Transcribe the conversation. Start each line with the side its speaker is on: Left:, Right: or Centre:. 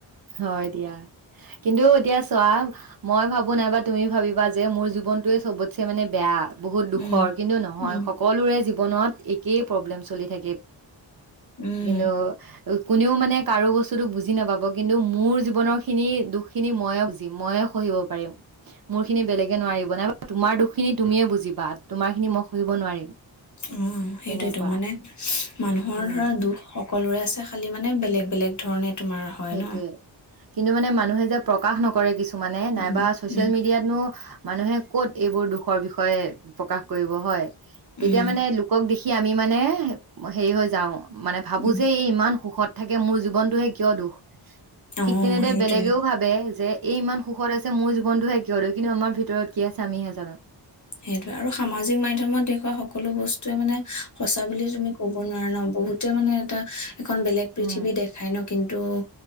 Right: হয় দিয়া কিন্তু এতিয়া চোৱা মই ভাবো নাইবা তুমি ভাবিবা যে মোৰ জীৱনটোৱে চবতছে মানে বেয়া বহুত দুখৰ
Left: উম
Right: কিন্তু নহয়
Left: উম
Right: সকলোৰে জী বনত একেই প্ৰব্লেম চলি থাকে
Left: উম
Right: কিন্তু কোনেও মানে কাৰো বস্তুতটো বুজি নাপাব কিন্তু মোৰ জীৱনৰ খিনি দুখখিনি ময়ে বুজিম ময়ে সহিব পাৰিম মোৰ খিনি বেলেগে নোৱাৰিব নাই তোমাৰ দুখিনি তুমিয়ে বুজিবা তোমাৰ খিনি মই সহিব নোৱাৰিম
Left: অ সেইটোয়তো
Right: তেনেকুৱা
Left: মানে মানুহৰ
Right: উম
Left: ধৰা দুখ স সকলোৰে আছে খালি মানে বেলেগ বেলেগ ধৰণে তোমাৰ হয়
Right: সেইটোয়ে
Left: ন
Right: কিন্তু মানে মানুহে যে প্ৰকাশ নকৰে কিছু মানে নাইবা
Left: উম
Right: চচিয়েল
Left: উম
Right: মিডিয়াতনো মানুহে ক'ত এইবোৰ দুখৰ বিষয়ে প্ৰকাশ কৰিব হয় তেতিয়া
Left: উম
Right: মানে লোকক দেখি কি আমি মানে হেৰি হৈ যাওঁ মানে ভাবো
Left: উম
Right: যে এই ইমান সুখত থাকে মোৰ জীৱনটোহে কিয় দ
Left: অ
Right: ঠিক তেনেদৰে
Left: সেইটোয়ে
Right: বেলেগেও ভাবে যে এই ইমান সুখত আছে মোৰ জ বন্ধুহে কিয় দ কিন্তু আমাৰ ভিতৰত কি আছে আমিহে জানো।
Left: সেইটোৱে আৰু সামাজিক মাধ্যমত দেখুওৱা সকলো বস্তুৱে মানে সঁচা বুলি তুমি ক'ব নোৱাৰা ন বহুতে মানে এটা এখন বেলেগ পৃথিৱী
Right: উম
Left: দেখাই ন কিন্তু টো